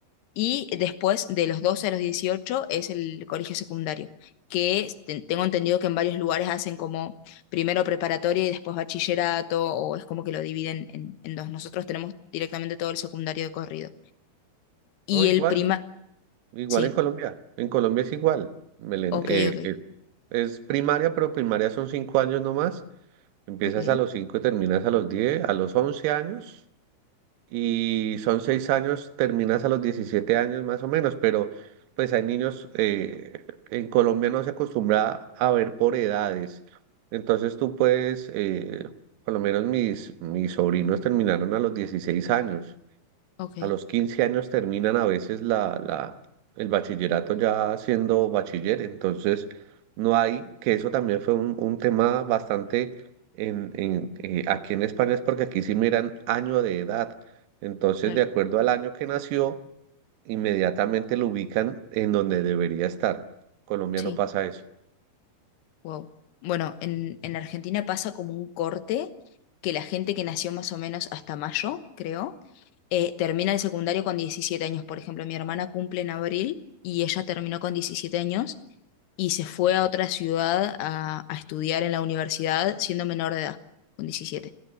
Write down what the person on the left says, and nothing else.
Y después, de los 12 a los 18 es el colegio secundario, que te- tengo entendido que en varios lugares hacen como primero preparatoria y después bachillerato, o es como que lo dividen en, en dos. Nosotros tenemos directamente todo el secundario de corrido. Y
el prima,
sí,
ok,
ok,
ok,
ok,
claro,
sí.
Wow. Bueno, en, en Argentina pasa como un corte que la gente que nació más o menos hasta mayo, creo, eh, termina el secundario con 17 años. Por ejemplo, mi hermana cumple en abril y ella terminó con 17 años y se fue a otra ciudad a, a estudiar en la universidad siendo menor de edad, con 17.